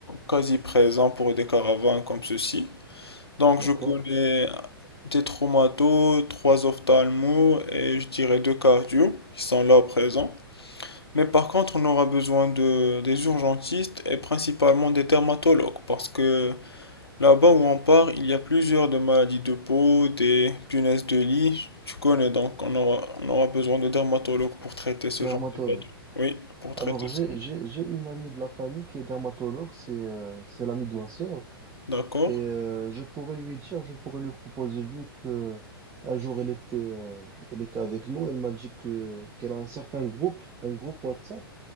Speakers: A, on the left; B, on the right.
A: quasi présents pour des caravanes comme ceci. Donc
B: D'accord?
A: je connais des traumatos, trois ophtalmos et je dirais deux cardio qui sont là présents. Mais par contre, on aura besoin de des urgentistes et principalement des dermatologues parce que Là-bas où on part, il y a plusieurs de maladies de peau, des punaises de lit, tu connais, donc on aura, on aura besoin de dermatologues pour traiter ce
B: Dermatologue.
A: genre de pathologie. Oui, pour
B: Alors,
A: traiter ça.
B: j'ai, j'ai, j'ai une amie de la famille qui est dermatologue, c'est euh, c'est l'amie de ma sœur.
A: D'accord?
B: Et euh, je pourrais lui dire, je pourrais lui proposer, vu que un jour elle était, euh, elle était avec nous, elle m'a dit que qu'elle a un certain groupe, un groupe WhatsApp